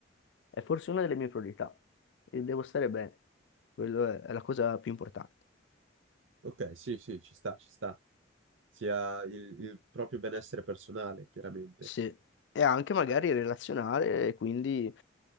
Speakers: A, on the left; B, on the right.
A: è forse una delle mie priorità e devo stare bene. Quello è è la cosa più importante.
B: Ok, sì, sì, ci sta, ci sta. Sia il, il proprio benessere personale, chiaramente.
A: Sì, e anche magari relazionale, e quindi,